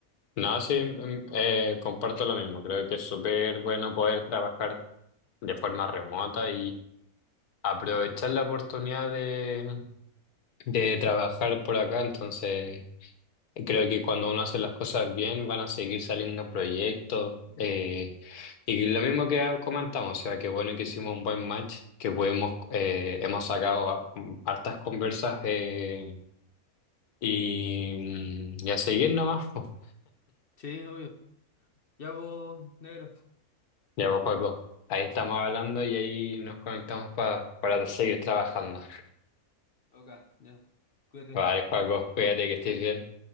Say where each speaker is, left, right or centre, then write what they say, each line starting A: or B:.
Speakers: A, on the left; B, on the left.
A: No, sí, mm, eh, comparto lo mismo. Creo que es súper bueno poder trabajar de forma remota aprovechar la oportunidad de, de trabajar por acá, entonces creo que cuando uno hace las cosas bien van a seguir saliendo proyectos eh, y lo mismo que comentamos, o sea, que bueno que hicimos un buen match, que pudimos, eh, hemos sacado a- hartas conversas eh, y, y a seguir nomás. po.
B: Sí, obvio. Ya vos, negro.
A: Ya pues, Joaco, ahí estamos hablando y ahí nos conectamos pa- para seguir trabajando.
B: Ok, ya. Cuídate.
A: Vale, Joaco, cuídate que estés bien.